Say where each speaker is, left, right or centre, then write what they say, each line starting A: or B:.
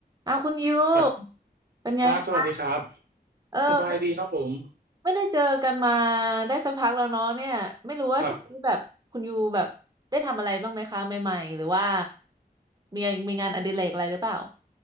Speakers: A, on the right (about 25°); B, on the right (about 70°).
A: อ้าวคุณยู
B: สวัสดีค
A: เป็นไงคะ
B: รับสวัสดีครับ
A: เออไม่
B: สบายดีครับผม
A: ไม่ได้เจอกันมาได้สักพักแล้วเนาะเนี่ยไม่รู้ว่าช่วงนี้แบบคุณยูแบบได้ทำอะไรบ้างไหมคะใหม่ๆหรือว่า
B: ครับ
A: มีมีงานอดิเรกอะไรหรือเปล่า